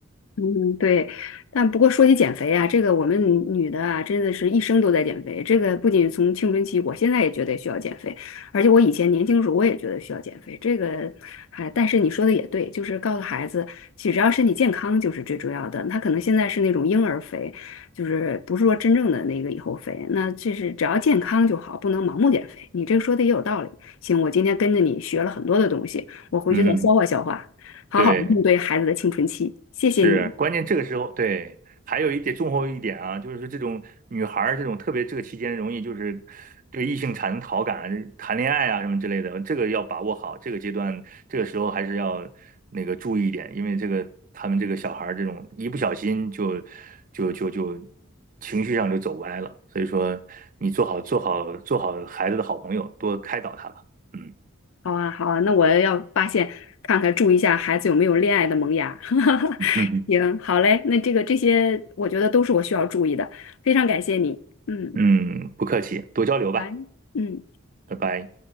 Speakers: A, on the left; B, on the right.
A: 嗯，对，但不过说起减肥啊，这个我们女的啊，真的是一生都在减肥。这个不仅从青春期，我现在也觉得需要减肥，而且我以前年轻时候我也觉得需要减肥。这个，哎，但是你说的也对，就是告诉孩子，其实只要身体健康就是最重要的。他可能现在是那种婴儿肥，就是不是说真正的那个以后肥，那这是只要健康就好，不能盲目减肥。你这个说的也有道理。行，我今天跟着你学了很多的东西，我回去再消化消化，
B: 嗯，
A: 好好的应对孩子的青春期。
B: 对，
A: 谢谢你。
B: 是，关键这个时候，对，还有一点重后一点啊，就是说这种女孩儿这种特别这个期间容易就是对异性产生好感、谈恋爱啊什么之类的，这个要把握好，这个阶段这个时候还是要那个注意一点，因为这个他们这个小孩儿这种一不小心就就就就情绪上就走歪了，所以说你做好做好做好孩子的好朋友，多开导他吧，嗯
A: 好啊，好啊，那我要发现看看，注意一下孩子有没有恋爱的萌芽。<laughs>
B: <laughs> 嗯
A: 行，好嘞，那这个这些我觉得都是我需要注意的，非常感谢你。嗯
B: 嗯，不客气，多交流吧，
A: 来。嗯。
B: 拜拜。